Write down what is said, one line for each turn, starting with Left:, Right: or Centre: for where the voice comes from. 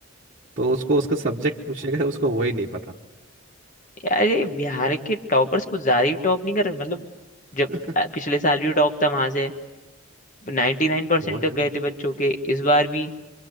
Right: तो उसको उसका सब्जेक्ट पूछेगा उसको वही नहीं पता
Left: यार ये बिहार के टॉपर्स कुछ ज्यादा ही टॉप नहीं कर रहे मतलब जब
Right: <laughs>
Left: अ, पिछले साल भी टॉप था वहां से 99%
Right: वो
Left: नाइन
Right: है
Left: परसेंट तक
Right: ना
Left: गए थे बच्चों के इस बार भी